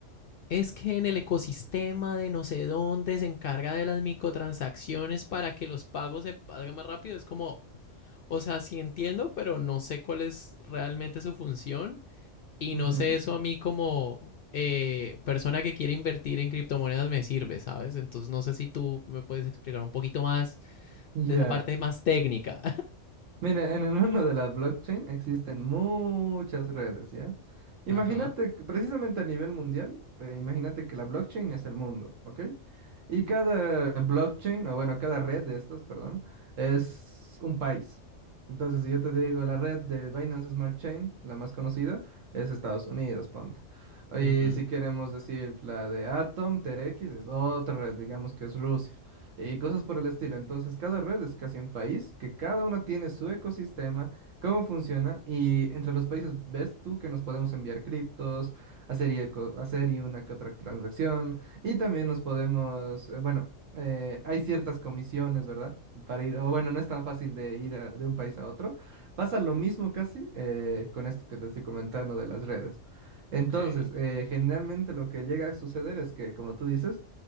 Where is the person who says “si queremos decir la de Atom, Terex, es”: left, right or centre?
Right